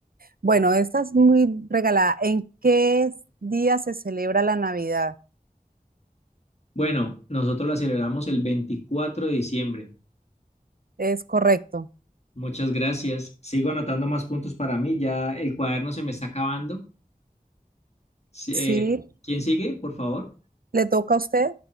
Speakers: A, on the right; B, on the left.
A: Bueno, esta es muy regalada. ¿En qué s- día se celebra la Navidad?
B: Bueno, nosotros la celebramos el 24 de diciembre.
A: Es correcto.
B: Muchas gracias. Sigo anotando más puntos para mí. Ya el cuaderno se me está acabando. Sí, eh,
A: Sí,
B: ¿quién sigue, por favor?
A: le toca a usted,